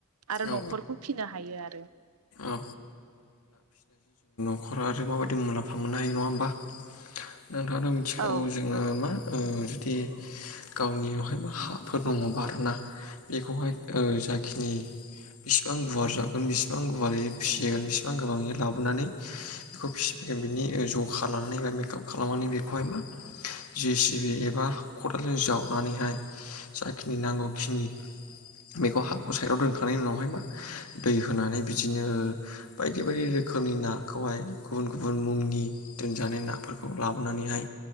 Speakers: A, on the right; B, on the left.
A: आरो
B: औ
A: नखरखौ फिनो हायो आरो
B: औ नखरा ओ माबायदि मुलाम्फा मोननो हायो नङा होमबा नोंथाङाथ मिथिखागौ
A: औ
B: जोङो मा ओ जुदि गावनियावहाय मा हाफोर दङबा आरोना बेखौहाय ओ जाखिनि बेसिबां गुवार जावगोन बेसिबां गुवारै फिसिगोन बेसिबां गोबाङै लाबोनानै बेखौ फिसि जोंबिनि जखालानानै बा मेकाप खालामनानै बेखौहाय मा जे सि बि एबा खदालजों जावनानैहाय जाखिनि नांगौखिनि बेखौ हाखौ साइदाव दोनखांनायनि उनावहाय मा दै होनानै बिदिनो बायदि बायदि रो रोखोमनि नाखौहाय गुबुन गुबुन मुंनि दोनजानाय नाफोरखौ खौ लाबोनानैहाय